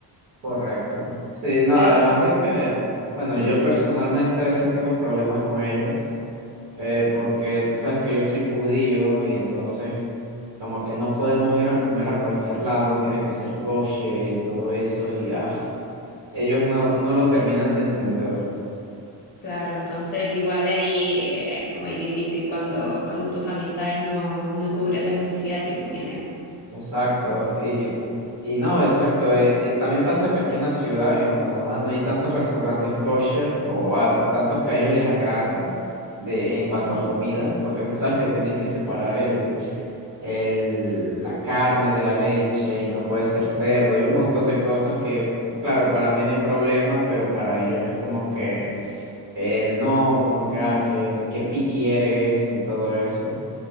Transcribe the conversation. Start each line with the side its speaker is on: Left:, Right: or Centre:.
Right: correcto. Sí, no,
Left: Pero
Right: además de que, bueno, yo
Left: Ujú,
Right: personalmente a veces tengo problemas con ellos, eh, porque tú sabes que yo soy judío y entonces como que no podemos ir a comer a cualquier lado, tiene que ser kosher y todo eso y ah, ellos no, no lo terminan de entender.
Left: Claro, entonces igual ahí es muy difícil cuando, cuando tus amistades no, no cubren las necesidades que tú tienes.
Right: Exacto, y, y no, exacto. eh, eh, también pasa que aquí en la ciudad y en Panamá no hay tantos restaurantes kosher o, a- o tantos que a ellos les agraden de, en cuanto
Left: Ujú.
Right: a comida, porque tú sabes que tienen que separar el, el, la carne de la leche y no puede ser cerdo y un montón de cosas que, claro, para mí no hay problema, pero para ellos es como que eh, no, como que, ah, que, que picky eres y todo eso.